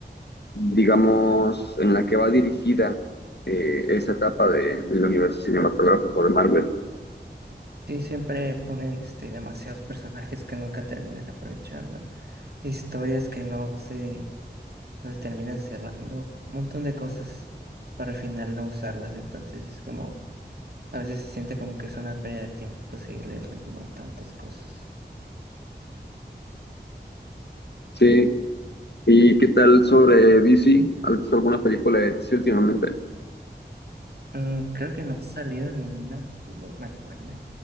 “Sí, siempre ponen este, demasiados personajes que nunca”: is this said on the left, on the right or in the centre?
Right